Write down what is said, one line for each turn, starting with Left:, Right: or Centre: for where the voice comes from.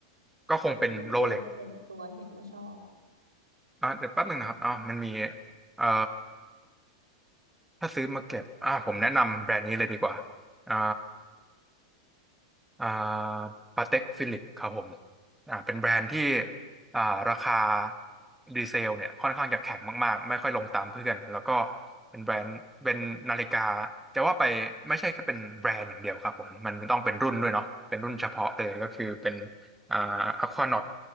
Centre: ก็คงเป็นโรเล็ก
Right: ที่คุณฟิลส่วนตัวเห็นว่าชอบ
Centre: อ่าเดี๋ยวแป๊บหนึ่งนะครับอ๋อมันมีเอ่อถ้าซื้อมาเก็บอ่าผมแนะนำแบรนด์นี้เลยดีกว่าอ่า อ่าปาเต็กฟิลิปครับผมอ่าเป็นแบรนด์ที่อ่าราคาดีเซลเนี่ยค่อนข้างจะแข็งมากๆไม่ค่อยลงตามเพื่อนแล้วก็เป็นแบรนด์เป็นนาฬิกาจะว่าไปไม่ใช่แค่เป็นแบรนด์อย่างเดียวครับผมมันต้องเป็นรุ่นด้วยเนาะเป็นรุ่นเฉพาะเลยก็คือเป็นอ่าอควานอต